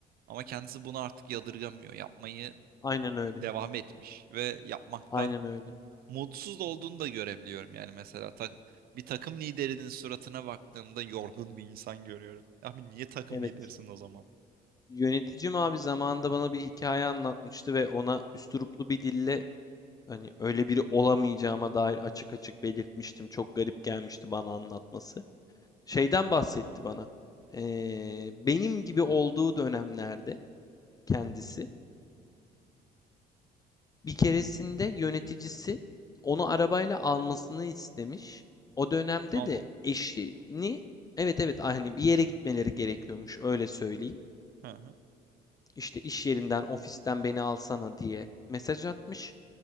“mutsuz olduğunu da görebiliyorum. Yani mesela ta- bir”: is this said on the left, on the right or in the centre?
Right